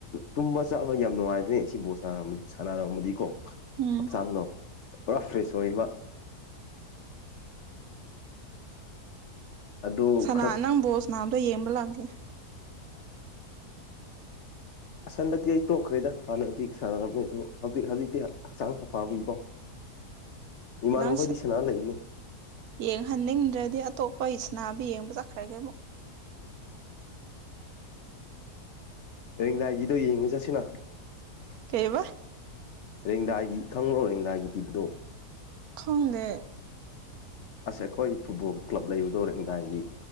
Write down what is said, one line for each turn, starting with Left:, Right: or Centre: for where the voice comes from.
Left: ꯇꯨꯝꯕ ꯆꯠꯕ ꯌꯥꯝ ꯅꯨꯡꯉꯥꯏꯗ꯭ꯔꯦ ꯁꯤ ꯕꯣꯠꯔ ꯁꯥꯟꯅꯔꯝꯃꯗꯤꯀꯣ
Right: ꯎꯝ
Left: ꯍꯛꯆꯥꯡꯗꯣ ꯄꯨꯔꯥ ꯐ꯭ꯔꯦꯁ ꯑꯣꯏꯕ ꯑꯗꯨ
Right: ꯁꯅꯥ
Left: ꯈꯔ
Right: ꯅꯪ ꯕꯣꯁ ꯅꯥꯝꯗꯣ ꯌꯦꯡꯕ ꯂꯥꯛꯒꯦ ꯎꯝ
Left: ꯑꯁꯟꯗꯛꯇꯤ ꯑꯩ ꯇꯣꯛꯈ꯭ꯔꯦꯗ ꯍꯥꯟꯅꯗꯤ ꯁꯥꯟꯅꯔꯝꯃꯦ ꯑꯗꯨꯣ ꯍꯧꯖꯤꯛ ꯍꯧꯖꯤꯛꯇꯤ ꯍꯛꯆꯥꯡꯅ ꯄꯝꯕꯤꯀꯣ ꯏꯃꯥꯟ
Right: ꯅꯪ
Left: ꯃꯈꯣꯏꯗꯤ ꯁꯅꯥꯅ ꯂꯩꯕꯅꯦ
Right: ꯌꯦꯡꯍꯟꯅꯤꯡꯗ꯭ꯔꯗꯤ ꯑꯇꯣꯞꯄ ꯏꯆꯅꯥꯕꯨ ꯌꯦꯡꯕ ꯆꯠꯈ꯭ꯔꯒꯦ ꯑꯃꯨꯛ
Left: ꯀꯔꯤꯝꯗꯥꯏꯒꯤꯗꯣ ꯌꯦꯡꯉꯨ ꯆꯠꯁꯤꯅꯣ
Right: ꯀꯩꯕ
Left: ꯔꯦꯡꯗꯥꯏꯒꯤ ꯈꯪꯪꯂꯣ ꯔꯦꯡꯗꯥꯏꯒꯤ ꯇꯤꯞꯗꯣꯞ
Right: ꯈꯪꯗꯦ
Left: ꯑꯁ ꯑꯩꯈꯣꯏ ꯐꯨꯠꯕꯣꯜ ꯀ꯭ꯂꯕ ꯂꯩꯕꯗꯧꯔꯦ ꯏꯟꯗꯥꯏꯒꯤ